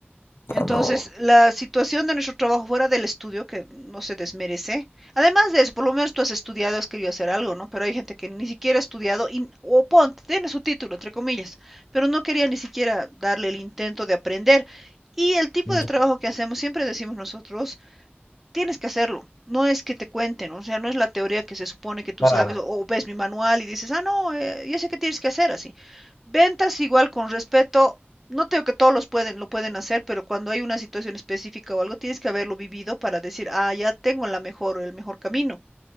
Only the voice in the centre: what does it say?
Entonces,
la situación de nuestro trabajo fuera del estudio, que no se desmerece. Además de eso, por lo menos tú has estudiado, has querido hacer algo, ¿no? Pero hay gente que ni siquiera ha estudiado, y, o ponte, tiene su título, entre comillas, pero no quería ni siquiera darle el intento de aprender. Y el tipo
de trabajo que hacemos, siempre decimos nosotros, tienes que hacerlo. No es que te cuenten, o sea, no es la teoría que se supone que tú
sabes o, o ves mi manual y dices, ah, no, eh, ya sé qué tienes que hacer así. Ventas igual con respeto, no tengo que todos los pueden, lo pueden hacer, pero cuando hay una situación específica o algo, tienes que haberlo vivido para decir, ah, ya tengo la mejor, el mejor camino